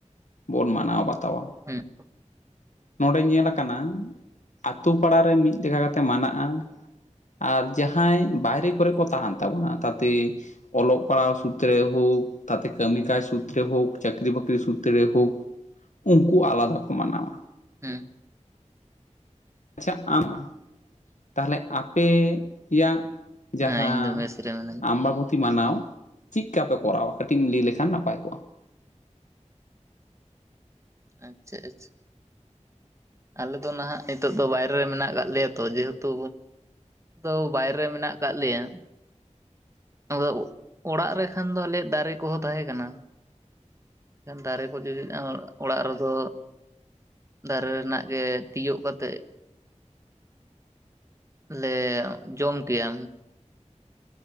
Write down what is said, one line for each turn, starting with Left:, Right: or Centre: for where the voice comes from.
Left: ᱵᱚᱱ ᱢᱟᱱᱟᱣ ᱵᱟᱛᱟᱣᱟ᱾
Right: ᱦᱮᱸ
Left: ᱱᱚᱰᱮ ᱧᱮᱞ ᱟᱠᱟᱱᱟ ᱟᱛᱩ ᱯᱟᱲᱟᱨ ᱨᱮ ᱢᱤᱫ ᱞᱮᱠᱟ ᱠᱟᱛᱮᱜ ᱢᱟᱱᱟᱜᱼᱟ᱾ ᱟᱨ ᱡᱟᱦᱟᱸᱭ ᱵᱟᱭᱨᱮ ᱠᱚᱨᱮ ᱠᱚ ᱛᱟᱦᱮᱱ ᱛᱟᱵᱚᱱᱟ ᱛᱟᱛᱮ᱾ ᱚᱞᱚᱜ ᱯᱟᱲᱦᱟᱣ ᱥᱩᱛᱨᱮ ᱦᱳᱠ ᱛᱟᱛᱮ ᱠᱟᱹᱢᱤ ᱠᱟᱡᱽ ᱥᱩᱛᱨᱮ ᱦᱳᱠ ᱪᱟᱹᱠᱨᱤ ᱵᱟᱹᱠᱨᱤ ᱥᱩᱛᱨᱮ ᱦᱳᱠ᱾ ᱩᱱᱠᱩ ᱟᱞᱟᱫᱟ ᱠᱚ ᱢᱟᱱᱟᱣᱟ᱾
Right: ᱦᱮᱸ
Left: ᱟᱪᱪᱷᱟ ᱟᱢ ᱛᱟᱦᱚᱞᱮ ᱟᱯᱮᱭᱟᱜ᱾ ᱡᱟᱦᱟᱸ
Right: ᱦᱮᱸ ᱤᱧ ᱫᱚ ᱢᱮᱥ ᱨᱮ ᱢᱤᱱᱟᱹᱧᱟ
Left: ᱟᱢᱟᱵᱚᱵᱩᱛᱤ ᱢᱟᱱᱟᱣ ᱪᱮᱫ ᱞᱮᱠᱟᱯᱮ ᱠᱚᱨᱟᱣᱟ ᱠᱟᱹᱴᱤᱡ ᱮᱢ ᱞᱟᱹᱭ ᱞᱮᱠᱷᱟᱱ ᱱᱟᱯᱟᱭ ᱠᱚᱜᱼᱟ᱾
Right: ᱟᱪᱪᱷᱟ ᱟᱪᱪᱷᱟ ᱟᱞᱮ ᱫᱚ ᱱᱟᱦᱟᱜ ᱱᱤᱛᱚᱜ ᱫᱚ ᱵᱟᱭᱨᱮ ᱨᱮ ᱢᱮᱱᱟᱜ ᱠᱟᱜ ᱞᱮᱭᱟ ᱛᱚ ᱡᱮᱦᱮᱛᱩ᱾ ᱫᱚ ᱵᱟᱭᱨᱮ ᱢᱮᱱᱟᱜ ᱟᱠᱟᱫ ᱞᱮᱭᱟ᱾ ᱟᱫᱚ ᱚᱲᱟᱜ ᱨᱮᱠᱷᱟᱱ ᱫᱚ ᱟᱞᱮᱭᱟᱜ ᱫᱟᱨᱮ ᱠᱚᱦᱚᱸ ᱛᱟᱦᱮᱸ ᱠᱟᱱᱟ᱾ ᱮᱱᱠᱷᱟᱱ ᱫᱟᱨᱮ ᱠᱚ ᱡᱩᱫᱤ ᱚᱲᱟᱜ ᱨᱮᱫᱚ᱾ ᱫᱟᱨᱮ ᱨᱮᱱᱟᱜ ᱜᱮ ᱛᱤᱭᱳᱜ ᱠᱟᱛᱮᱜ᱾ ᱞᱮ ᱡᱚᱢ ᱠᱮᱭᱟ᱾